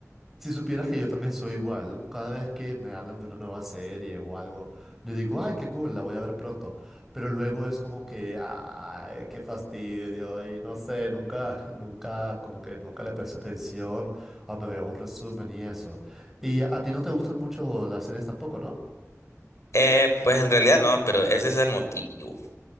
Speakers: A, in the centre; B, on the left.
A: Si supieras que yo también soy igual, cada vez que me hablan de una nueva serie o algo, yo digo, ay, qué cool, la voy a ver pronto. Pero luego es como que, ay, qué fastidio, y no sé, nunca, <laughs> nunca, como que nunca le presto atención o me veo un resumen y eso. Y a, a ti no te gustan mucho las series tampoco, ¿no?
B: Eh, pues en realidad no, pero ese es el motivo.